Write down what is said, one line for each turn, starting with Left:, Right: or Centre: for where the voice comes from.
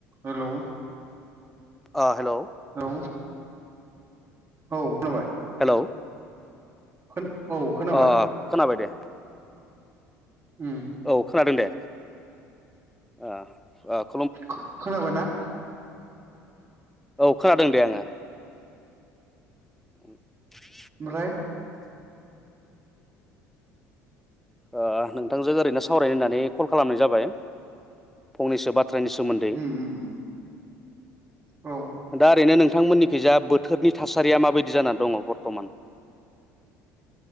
Right: Hello
Centre: आं hello
Right: औ औ खोनाबाय?
Centre: हेलौ
Right: खो औ खोनाबाय।
Centre: ओ खोनाबाय दे
Right: उम
Centre: औ खोनादों दे। आ आब
Right: खो-खोनाबायना?
Centre: औ खोनादों दे आंङो। <inaudible>
Right: ओमफ्राय
Centre: ओ नोंथांजों ओरैनो सावरायनो होननानै कल खालामनाय जाबाय फंनैसो बाथ बाथ्रानि सोमोन्दै।
Right: उम उम उम औ
Centre: दा ओरैनो नों नोंथांमोननिखैजा बोथोरनि थासारिया माबायदि जानानै दङ बरथमान?